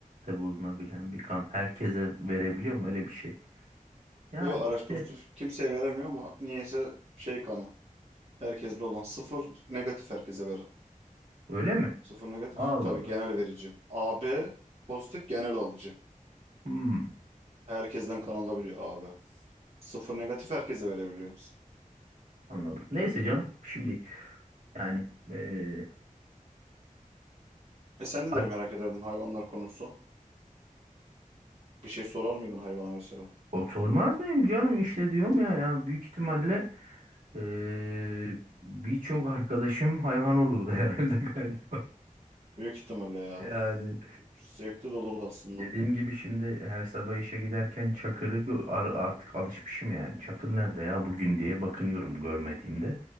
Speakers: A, on the right; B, on the right.
A: de bulunabilen bir kan. Herkese verebiliyor mu öyle bir şey?
B: <laughs>
A: Yani
B: Yok ağraç
A: işte
B: pozitif kimseye veremiyor ama niyeyse şey kanı. Herkeste olan. Sıfır negatif herkese verin.
A: öyle mi?
B: Sıfır negatif
A: Allah
B: tabii
A: Allah.
B: genel verici. AB pozitif genel alıcı.
A: Hmm,
B: Herkesten kan alabiliyor AB. Sıfır negatif herkese verebiliyoruz.
A: anladım. Neyse canım. Şimdi yani eee
B: E sen neleri
A: hayır,
B: merak ederdin hayvanlar konusu? Bir şey sorar mıydın hayvana mesela?
A: o sormaz mıyım canım işte diyorum ya ya büyük ihtimalle eee, birçok arkadaşım hayvan olurdu <laughs> herhalde galiba.
B: Büyük ihtimalle ya.
A: Yani
B: Zevkli de olurdu aslında.
A: Dediğim gibi şimdi her sabah işe giderken Çakır'ı gö- ar- artık alışmışım yani. Çakır nerede ya bugün diye bakınıyorum görmediğimde.